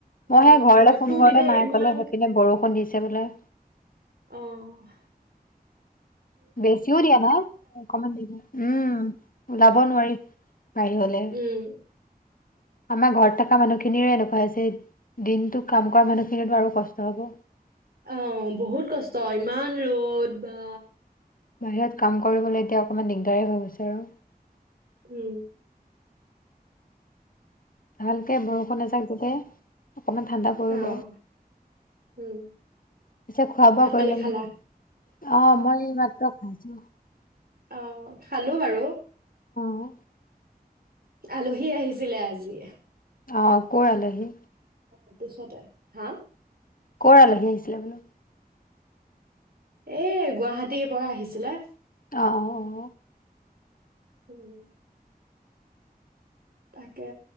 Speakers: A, on the right; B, on the left.
A: অঁ
B: মই সেই ঘৰলে
A: ৰ'দটো
B: ফোন কৰতে
A: দিলে
B: মায়ে
A: ইমান
B: ক'লে সেইপিনে বৰষুণ দিছে এতিয়া বোলে
A: অহ
B: বেছিও দিয়া নাই, অকমান দিলে, উম ওলাব
A: উম,
B: নোৱাৰি, বাহিৰলে
A: উম।
B: আমাৰ ঘৰত থকা মানুহখিনিয়ে এনেকুৱা হৈছে, দিনটো কাম কৰা মানুহখিনো আৰু কষ্ট হ'ব
A: অহ, বহুত কষ্ট ইমান ৰ'দ, বা
B: বাহিৰত কাম কৰিবলৈ এতিয়া অকমান দিগদাৰে হৈ গৈছে আৰু
A: উম
B: ভালকে বৰষুণে এজাক দিলে অকমান ঠাণ্ডা পৰিব,
A: অঁ উম।
B: পিছে খোৱা
A: ভাত
B: বোৱা
A: পানী
B: কৰিলা
A: খালা
B: নে নাই, অ মই এই মাত্ৰ খাইছো
A: অহ খালো বাৰু
B: <unintelligible>
A: আলহী আহিছিলে আজি
B: অহ, কৰ আলহী
A: তাৰ পিছতে, হা
B: কৰ আলহী আহিছিলে বোলো
A: এ গুৱাহাটীৰ পৰা আহিছিলে
B: অহ অহ
A: উম, তাকে